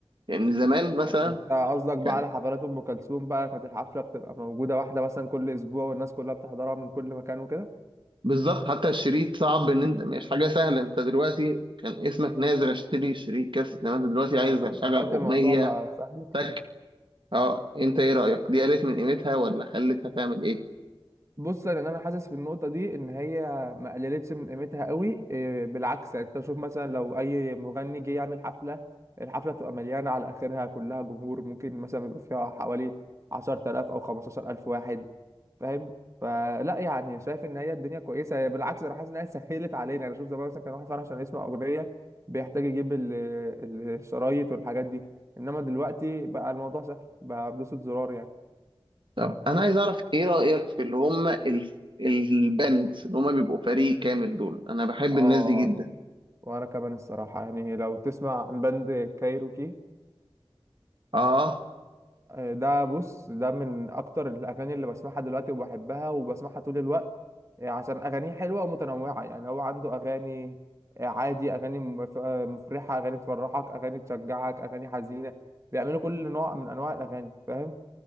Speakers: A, on the right (about 55°); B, on the right (about 30°).
A: يعني زمان مثلا
B: انت قصدك بقى
A: كان
B: على حفلات ام كلثوم بقى كانت الحفله بتبقى موجوده واحده مثلا كل اسبوع والناس كلها بتحضرها من كل مكان وكده
A: بالظبط حتى الشريط صعب ان انت مش حاجه سهله انت دلوقتي كان اسمك نازل اشتري شريط كاسيت انما انت دلوقتي عايز
B: اه لا
A: اشغل
B: دلوقتي
A: اغنيه
B: الموضوع بقى سهل كتير
A: تك اه انت ايه رايك دي قلت من قيمتها ولا خلتها تعمل ايه
B: بص انا انا حاسس في النقطه دي ان هي ما قللتش من قيمتها قوي إيه، بالعكس يعني انت شوف مثلا لو اي مغني جه يعمل حفله الحفله بتبقى مليانه على اخرها كلها جمهور ممكن مثلا يبقى فيها حوالي 10000 او 15000 واحد فاهم فلا يعني شايف ان هي الدنيا كويسه هي بالعكس انا حاسس ان هي <laughs> سهلت علينا يعني شوف زمان مثلا كان واحد فعلا عشان يسمع اغنيه بيحتاج يجيب ال- ال- الشرايط والحاجات دي انما دلوقتي بقى الموضوع سهل بقى بدوسة زرار يعني
A: طب انا عايز اعرف ايه رايك في اللي هم ال- الباندز اللي هم بيبقوا فريق كامل دول انا بحب
B: اه
A: الناس دي جدا
B: وانا كمان الصراحه يعني لو تسمع عن باند كايروكي
A: اه
B: آه، ده بص ده من اكتر الاغاني اللي بسمعها دلوقتي وبحبها وبسمعها طول الوقت آه، عشان اغانيه حلوه ومتنوعه يعني هو عنده اغاني آه، عادي اغاني مف- آه، مفرحه اغاني تفرحك اغاني تشجعك اغاني حزينه بيعملوا كل نوع من انواع الاغاني فاهم